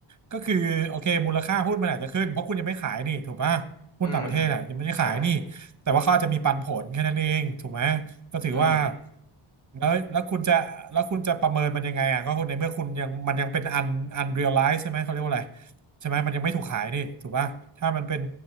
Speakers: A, on the right; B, on the left.
A: ก็คือโอเคมูลค่าหุ้นมันอาจจะขึ้นเพราะคุณยังไม่ขายนี่ถูกป่ะหุ้นต่างประเทศอ่ะยังไม่ได้ขายนี่
B: อืมใช่
A: แต่ว่าเขาอาจจะมีปันผลแค่นั้นเองถูกไหมก็ถือว่า
B: อืม
A: แล้วแล้วคุณจะแล้วคุณจะประเมินมันยังไงอ่ะก็คนในเมื่อคุณยังมันยังเป็นอันอันเรียลไลซ์ใช่ไหมเขาเรียกว่าอะไร ใช่ไหมมันยังไม่ถูกขายนี่ถูกป่ะถ้ามันเป็น